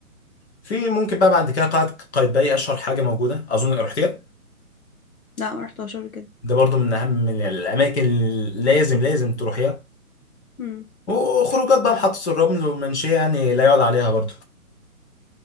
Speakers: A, on the left; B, on the left.
A: في ممكن بقى بعد كده قلعة قايتباي اشهر حاجه موجوده اظن رحتيها
B: لا ما رحتهاش قبل كده
A: ده برضو من اهم من الاماكن اللي لازم لازم تروحيها
B: امم
A: وخروجات بقى محطه الرمل والمنشيه يعني لا يعلى عليها برضو